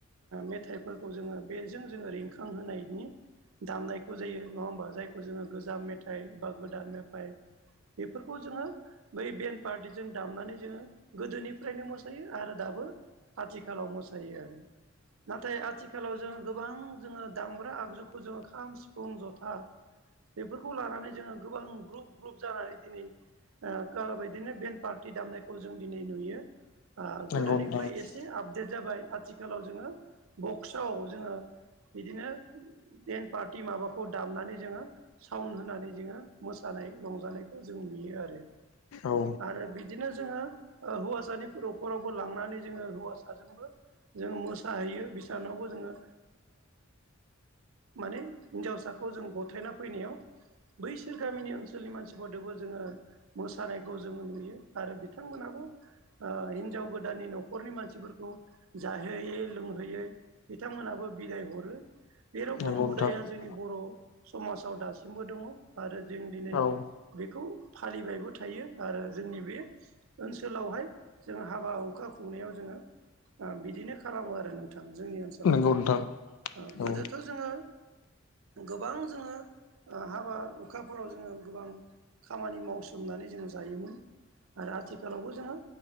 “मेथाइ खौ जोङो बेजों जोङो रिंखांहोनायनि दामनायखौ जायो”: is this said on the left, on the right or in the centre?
Right